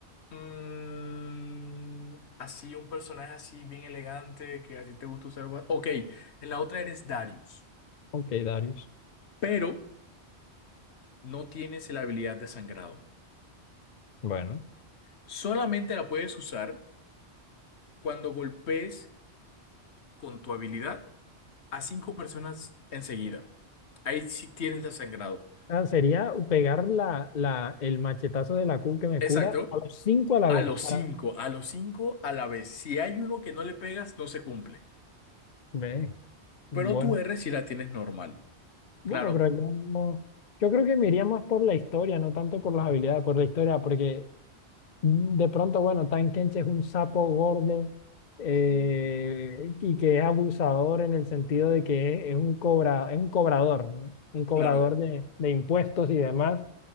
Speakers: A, on the left; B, on the left.
A: mm, así, un personaje así bien elegante que a ti te gusta usar. ba- Ok, en la otra eres Darius,
B: Ok, Darius.
A: pero no tienes la habilidad de sangrado.
B: Bueno,
A: Solamente la puedes usar cuando golpes con tu habilidad a cinco personas enseguida. Ahí sí tienes la sangrado.
B: Ah, sería pegar la, la, el machetazo de la Q que me
A: Exacto.
B: cura a los cinco a la
A: A
B: vez.
A: los
B: Para...
A: cinco, a los cinco a la vez. Si hay uno que no le pegas, no se cumple.
B: Ve, bueno.
A: Pero tu R sí la tienes normal.
B: Bueno,
A: Claro,
B: pero yo, no- yo creo que me iría más por la historia, no tanto por las habilidades, por la historia, porque mm, de pronto, bueno, Tankenche es un sapo gordo eh,
A: Ujú.
B: y que es abusador en el sentido de que es, es un cobra, es un cobrador, ¿no? Un cobrador
A: claro.
B: de, de impuestos y demás.